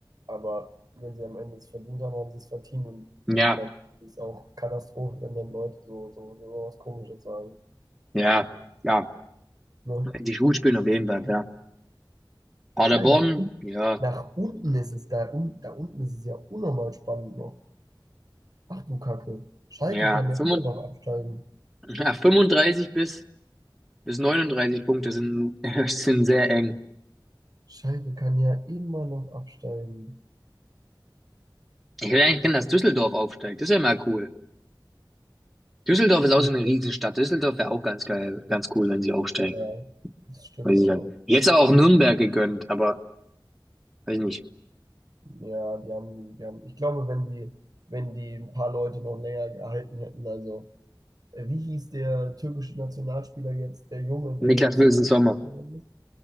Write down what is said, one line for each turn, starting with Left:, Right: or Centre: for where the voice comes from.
Right: Aber wenn sie am Ende es verdient haben, haben sie es verdient. Und
Centre: Ja,
Right: dann ist es auch Katastrophe, wenn dann Leute so, so, so was Komisches sagen.
Centre: ja, ja.
Right: Ne?
Centre: Wenn die gut spielen, auf jeden Fall, ja. Paderborn,
Right: Alter, nach un-
Centre: ja,
Right: nach unten ist es da, un, da unten ist es ja unnormal spannend noch. Ach du Kacke. Schalke
Centre: ja,
Right: kann ja
Centre: 35,
Right: immer noch absteigen.
Centre: ja, 35 bis, bis 39 Punkte sind, <laughs> sind sehr eng.
Right: Schalke kann ja immer noch absteigen.
Centre: Ich
Right: Ach
Centre: will eigentlich gerne, dass Düsseldorf aufsteigt. Das wäre mal cool. Düsseldorf
Right: du
Centre: ist auch so eine Riesenstadt.
Right: Kacke.
Centre: Düsseldorf wäre auch ganz geil, ganz cool, wenn sie aufsteigen.
Right: Ja, das stimmt
Centre: Weiß ich
Right: aber.
Centre: dann. Jetzt aber auch Nürnberg gegönnt, aber weiß nicht.
Right: Ja, die haben, die haben, ich glaube, wenn die, wenn die ein paar Leute noch länger gehalten hätten, also, äh, wie hieß der türkische Nationalspieler jetzt, der Junge, der
Centre: Niklas
Right: jetzt
Centre: Wilson
Right: abgekommen
Centre: Sommer.
Right: ist?